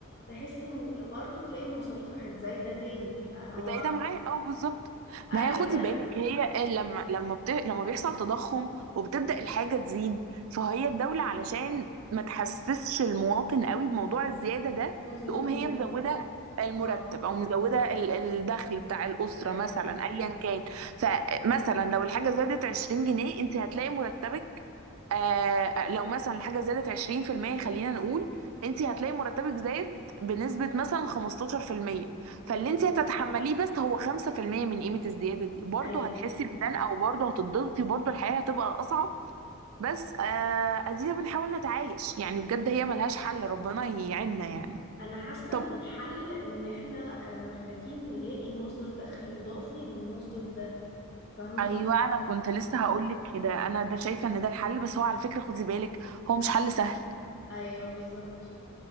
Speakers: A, on the left; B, on the right.
A: تحسي ان برضه تلاقي المصاريف راحت زايدة تاني فهو
B: زي ده معايا اه بالظبط
A: ايوه
B: ما هي خدي بالك هي لما لما بت... لما بيحصل تضخم وبتبدأ الحاجة تزيد فهي الدولة علشان ما تحسسش المواطن قوي بموضوع الزيادة ده
A: مزودة
B: تقوم هي
A: المرونة
B: مزودة المرتب
A: اه
B: او مزودة ال- الدخل بتاع الأسرة
A: ايوه
B: مثلا ايا كان فمثلا لو الحاجة زادت 20 جنيه انت هتلاقي مرتبك آه لو مثلا الحاجة زادت 20% خلينا نقول انت هتلاقي مرتبك زاد بنسبة مثلا 15% فاللي
A: بالظبط
B: انت هتتحمليه بس هو 5% من قيمة الزيادة دي برضه
A: ايوه
B: هتحسي بدان او برضه هتضغطي برضه الحياة هتبقى اصعب بس آه ادينا بنحاول نتعايش يعني بجد هي ملهاش حل ربنا يعيننا يعني
A: انا حاسة
B: طب
A: ان الحل ان احنا آه، محتاجين نلاقي مصدر دخل اضافي للمصدر ده فاهمة
B: ايوه انا كنت لسه هقولك كده انا ده شايفه ان ده الحل بس هو على فكره خدي بالك هو مش حل سهل
A: ايوه بالظبط